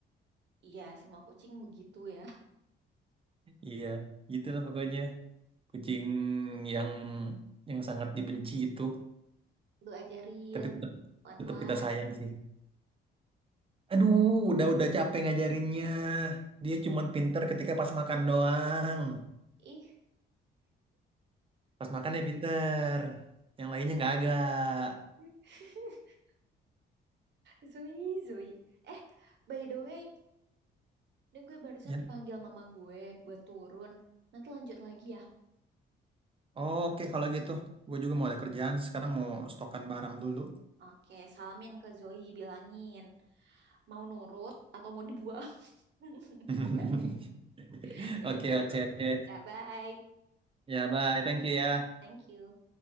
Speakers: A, on the right (about 60°); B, on the right (about 25°).
A: Iya, semua kucing begitu ya.
B: Iya, gitulah pokoknya. Kucing yang yang sangat dibenci itu,
A: Lu ajarin
B: tapi tetap
A: pelan-pelan.
B: tetap kita sayang sih. Aduh, udah-udah capek ngajarinnya. Dia cuman pinter ketika pas makan doang.
A: Ih,
B: Pas makan ya pinter. Yang lainnya nggak agak.
A: <laughs> Zoe, Zoe. Eh, by the way, ini gue barusan
B: Ya.
A: dipanggil mama gue buat turun. Nanti lanjut lagi ya.
B: Oke, kalau gitu. Gue juga mau ada kerjaan. sih. Sekarang mau stokan barang dulu.
A: Oke, salamin ke Zoe, bilangin mau nurut atau mau dibuang. <laughs>
B: <laughs>
A: Enggak, deng. Ya
B: Oke,
A: udah,
B: oke, oke.
A: Dah, bye.
B: Ya, bye. Thank you ya.
A: Thank you.